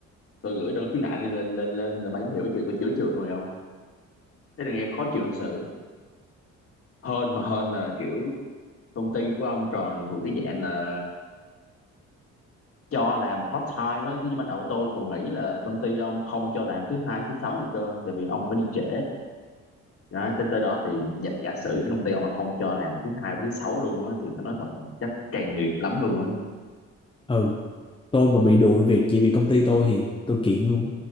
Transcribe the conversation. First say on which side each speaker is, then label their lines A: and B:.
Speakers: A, on the left; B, on the left.
A: tôi gửi đơn khiếu nại đi lên lên lên là mày hiểu chiều tôi chữa chiều luôn rồi không thế là nghe khó chịu thật sự hơn mà hơn là kiểu công ty của ông tròn thuộc cái dạng là cho làm part time á thì ban đầu tôi còn nghĩ là công ty ông không cho làm thứ hai thứ sáu nữa trơn tại vì ông phải đi trễ đó, tới tới đó thì giả, giả sử công ty ông mà không cho làm thứ hai với thứ sáu luôn á thì tôi nói thật chắc càng nghiệp lắm luôn á
B: ừ tôi mà bị đuổi việc chỉ vì công ty tôi thì tôi kiện luôn á.